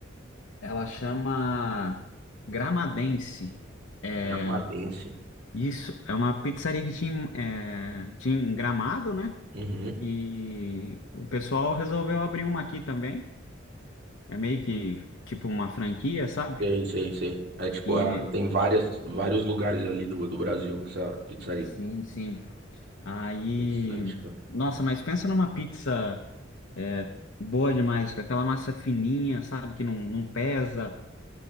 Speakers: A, on the left; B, on the right.
A: Ela chama Gramadense. É,
B: Gramadense.
A: isso, é uma pizzaria que tinha, em- é, tinha em Gramado, né?
B: Uhum.
A: E o pessoal resolveu abrir uma aqui também. É meio que tipo uma franquia, sabe?
B: Sei, sei, sei. É tipo,
A: E
B: ah, tem várias, vários lugares ali do, do Brasil, essa pizzaria.
A: sim, sim. Aí,
B: Interessante, cara.
A: nossa, mas pensa numa pizza é, boa demais, com aquela massa fininha, sabe? Que não, não pesa.